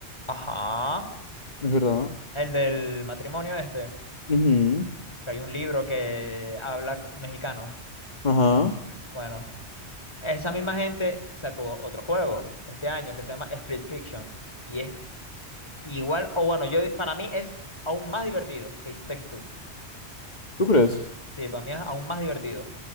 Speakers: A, on the left; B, on the left.
A: Ajá.
B: Es verdad.
A: El del matrimonio este,
B: Ujú,
A: que hay un libro que habla co- mexicano.
B: Ajá.
A: Bueno, esa misma gente sacó otro juego este año que se llama Split Fiction. Y es Igual, o bueno, yo para mí es aún más divertido que It Takes Two.
B: ¿Tú crees?
A: Sí, para mí es aún más divertido.